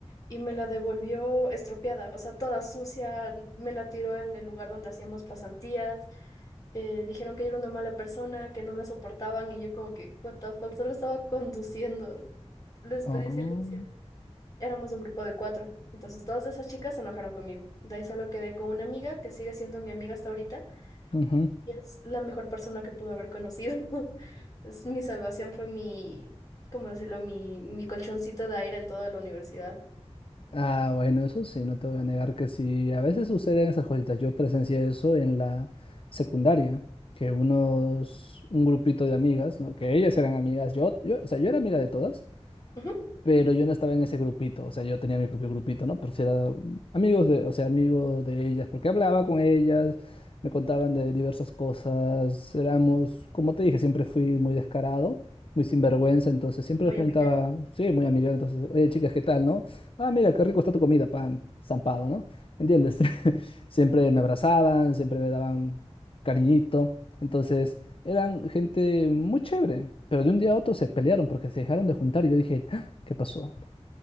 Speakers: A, on the left (about 30°); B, on the left (about 55°).
A: y me la devolvió estropeada, o sea, toda sucia, me la tiró en el lugar donde hacíamos pasantías. eh, dijeron que era una mala persona, que no me soportaban y yo como que, what the fuck, solo estaba conduciendo. Les
B: oh,
A: pedí silencio. Éramos un grupo de cuatro, entonces dos de esas chicas se enojaron conmigo. De ahí solo quedé con una amiga que sigue siendo mi amiga hasta ahorita
B: ujú.
A: y es la mejor persona que pudo haber conocido. <laughs> Es mi salvación, fue mi, ¿cómo decirlo? Mi, mi colchoncito de aire en toda la universidad.
B: Ah, bueno, eso sí, no te voy a negar que sí, a veces suceden esas cositas. Yo presencié eso en la secundaria, que unos, un grupito de amigas, ¿no? Que ellas eran amigas, yo, yo, o sea, yo era amiga de todas,
A: Ujú,
B: pero yo no estaba en ese grupito, o sea, yo tenía mi propio grupito, ¿no? Pero sí era amigos de, o sea, amigos de ellas, porque hablaba con ellas, me contaban de diversas cosas, éramos, como te dije, siempre fui muy descarado, muy sinvergüenza, entonces siempre
A: Muy
B: les preguntaba,
A: amiguero.
B: sí, muy amiga, entonces, oye, chicas, ¿qué tal, no? Ah, mira, qué rico está tu comida, pam, zampado, ¿no? ¿Entiendes? <laughs> Siempre me abrazaban, siempre me daban cariñito, entonces eran gente muy chévere, pero de un día a otro se pelearon porque se dejaron de juntar y yo dije, ¿Qué pasó?